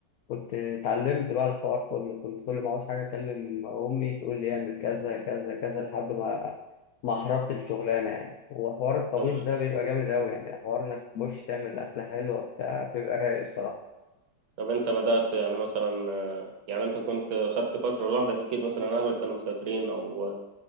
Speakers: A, on the left (about 85°); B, on the right (about 85°).
A: كنت اتعلمت بقى الحوار كله كنت كل ما عاوز حاجه اكلم امي تقول لي اعمل كذا كذا كذا لحد ما ما حرفت الشغلانه يعني وحوار الطبيخ
B: طب,
A: ده بيبقى جامد قوي يعني حوار انك تخش تعمل اكله حلوه بتاع بيبقى رايق الصراحه
B: طب انت بدأت يعني مثلا آه، يعني انت كنت خدت فترة لوحدك أكيد مثلا أهلك كانوا مسافرين أو